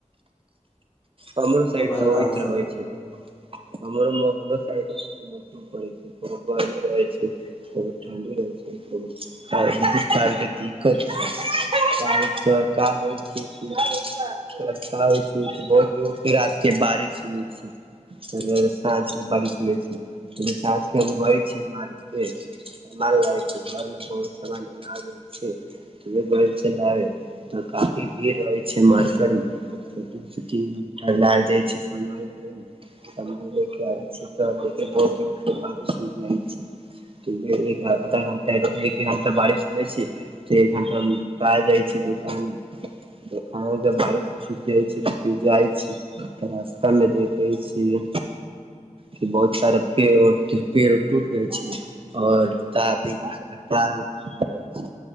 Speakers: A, on the right; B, on the left.
A: तर
B: छै
A: सइड
B: इहो बात
A: तऽ ओहिति
B: अहाँ सही
A: होइ छै, तर मह ौ छै गर्मी रहै छै ठणडी रहै छै, <unintelligible> दिक्कता छै। रात के बारिश सुनेै छी, साँझ के बारिश सु छै, साँझ के हम ग छी, मार केान ल घर में बहुत सान उड़ छै उहे काफी भीड़ रहै छै मार्ट मे। तीन घण्टा लाग जाइ छै सान लाबे मे सान ले के आबै छ तब देख बहुत दर बारिश छुटि जाइ छै, आधा घण एक घण्टा बारिश होइ छै, तऽ एक घण्टा जाइ छै, दोकान मे दोकान मे जब बारिश छुटि जाइ छै। छी रास्ता में देखे छी कि, बहुत सारा पेड़ पेड़ टूट गय छै और त टूट जाय छै